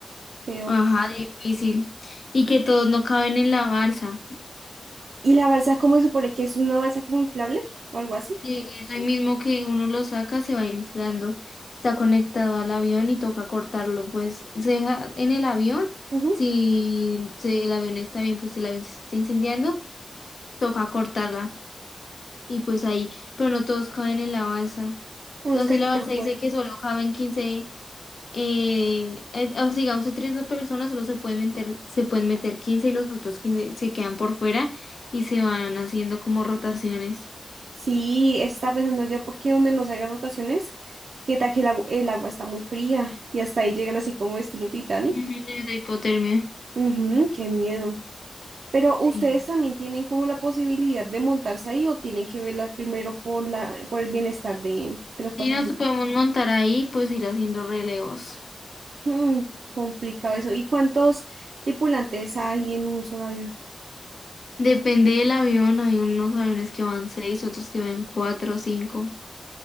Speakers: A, on the right; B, on the left.
A: peor.
B: Ajá, difícil. Y que todos no caben en la balsa.
A: ¿Y la balsa, cómo se supone que es una balsa como inflable o algo así?
B: Sí, es ahí mismo que uno lo saca, se va inflando. Está conectado al avión y toca cortarlo. Pues se deja en el avión.
A: Ujú.
B: Si, si el avión está bien, pues si el avión se está incendiando, toca cortarla. y pues ahí, pero no todos caben en la balsa.
A: Unos
B: Digamos,
A: caen
B: si la balsa
A: por
B: dice
A: fuera.
B: que solo caben 15, eh, eh, o sea, digamos, hay 30 personas, solo se pueden meter, se pueden meter 15 y los otros 15 se quedan por fuera y se van haciendo como rotaciones
A: Sí, eso estaba pensando yo, porque donde no se hagan rotaciones, que tal que el agu- el agua, está muy fría y hasta ahí llegan así como estilo Titanic.
B: Ujú, de hipotermia.
A: Ujú, qué miedo. Pero
B: Sí.
A: ustedes también tienen como la posibilidad de montarse ahí o tienen que velar primero por la, por el bienestar de, de los pasajeros.
B: Y nos podemos montar ahí, pues ir haciendo relevos.
A: Mm, complicado eso. ¿Y cuántos tripulantes hay en un solo avión?
B: Depende del avión, hay unos aviones que van seis, otros que van cuatro o cinco.